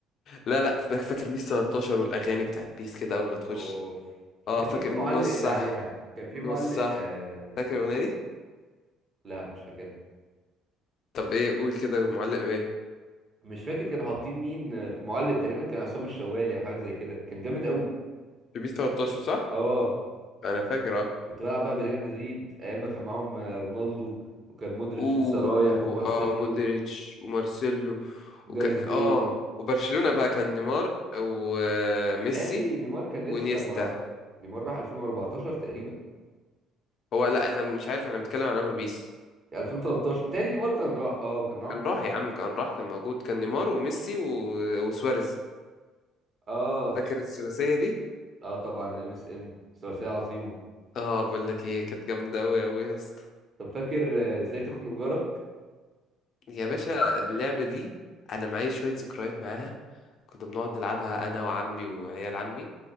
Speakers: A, on the left; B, on the right.
A: لا لا فا- فاكر بيس 13 والاغاني بتاعت بيس كده اول ما تخش
B: اوف
A: اه
B: كان
A: فاكر
B: مين معلق
A: نص
B: اللي
A: صح
B: عليها كان في
A: نص
B: معلق
A: صح
B: آه...
A: فاكر الاغنيه دي
B: لا مش فاكر
A: طب ايه قول كده معلق ايه
B: مش فاكر كانوا حاطين مين آه، معلق تقريبا كان عصام الشوالي او حاجه زي كده كان جامد قوي
A: في بيس 13 صح
B: اه
A: انا فاكر آه.
B: كنت بلعب بقى بريال مدريد ايام ما كان معاهم آه، رونالدو وكان مودريتش
A: و
B: لسه رايح ومارسيلو
A: اه مودريتش ومارسيلو
B: وجاريث
A: وك...
B: بيل
A: اه وبرشلونة بقى كان نيمار وميسي
B: متهيألي نيمار كان
A: ونيستا
B: لسه ما راحش نيمار راح 2014 تقريبا
A: هو لا احنا مش عارف احنا بنتكلم عن انه بيس
B: 2013 متهيألي نيمار كان راح اه وكان معاهم
A: كان
B: ميسي
A: راح يا عم كان راح كان موجود كان نيمار وميسي و... وسواريز
B: اه س-
A: فاكر الثلاثية دي
B: اه طبعا الام اس ان ثلاثية عظيمة
A: اه بقول لك ايه كانت جامدة قوي قوي يا اسطى
B: طب فاكر آه، ازاي تخنق جارك؟
A: يا باشا اللعبة دي انا معايا شوية ذكريات معاها كنا بنقعد نلعبها انا وعمي وعيال عمي